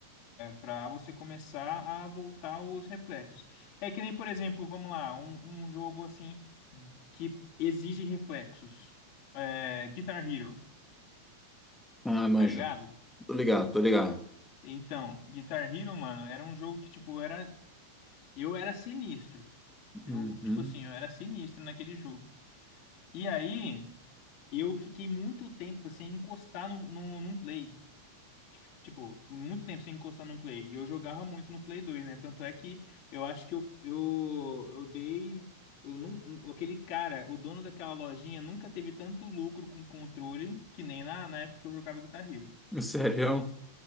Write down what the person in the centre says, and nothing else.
Ah, manjo.
Tô ligado, tô ligado.
Uhum.
Sério?